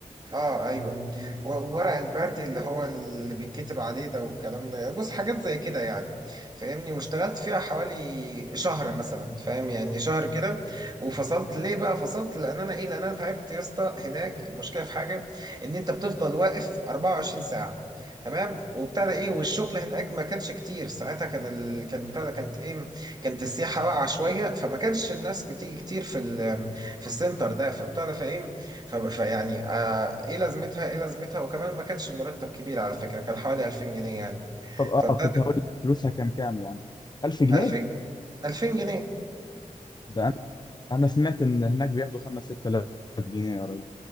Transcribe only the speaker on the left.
طب اه
كنت هقول لك فلوسها كام كام يعني 1000 جنيه
ده انا انا سمعت ان هناك بياخدوا 5 6000 جنيه يا راجل